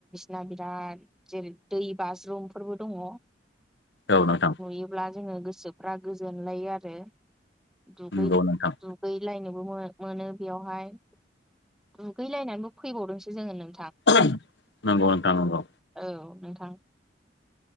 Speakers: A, in the centre; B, on the left (about 75°).
A: दा बिराद जेरै दै बाज्रुमफोरबो दङ'
B: औ नोंथां।
A: दिब्ला जोंओ गोसोफ्रा गोजोन लायो आरो दुगै
B: नंगौ नोंथां
A: दुगैलायनो बो मो-मोनो बेयावहाय दुगैलायनानैबो फैबावदोंसो जोङो नों
B: <unintelligible> नोंगौ नोंथां नोंगौ।
A: औ नोंथां।